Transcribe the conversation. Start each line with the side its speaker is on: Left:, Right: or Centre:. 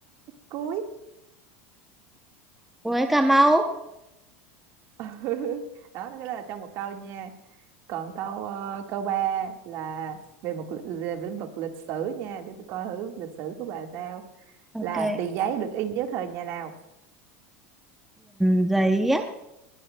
Right: cuối
Centre: với Cà Mau.
Right: <laughs> đó cái đó là trong một câu nha còn câu ờ, câu ba là về một li- về lĩnh vực lịch sử nha để tôi coi thử lịch sử của bà sao
Centre: Ok,
Right: là tiền giấy được in dưới thời nhà nào
Centre: Tiền Giấy á.